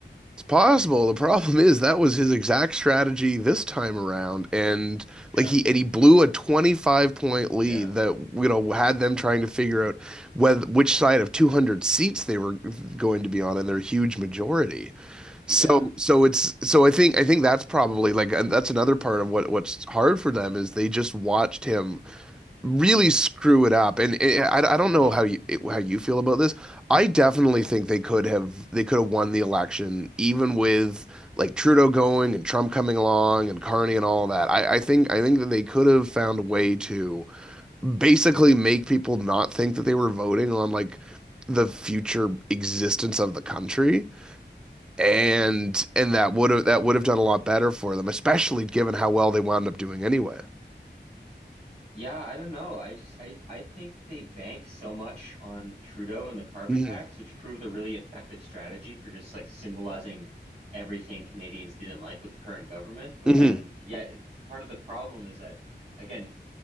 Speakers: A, in the centre; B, on the right.
A: It's possible. The problem is that was his exact strategy this time around, and like
B: Yeah.
A: he and he blew a 25 point lead
B: Yeah.
A: that you know had them trying to figure out whether which side of 200 seats they were going to be on in their huge majority.
B: Yeah.
A: So so it's so I think I think that's probably like and that's another part of what what's hard for them is they just watched him really screw it up and it, I I don't
B: hmm
A: know how you eh, how you feel about this. I definitely think they could have they could have won the election even with like Trudeau going and Trump coming along and Carney and all that. I I think I think that they could have found a way to basically make people not think that they were voting on like the future existence of the country and and that would have that would have done a lot better for them, especially given how well they wound up doing anyway.
B: Yeah, I don't know. I just I I think they bank so much on Trudeau and the carbon
A: hmm
B: tax, which proved a really effective strategy for just like symbolizing everything Canadians didn't like with the current government. But
A: hmm
B: then, yeah, part of the problem is that again,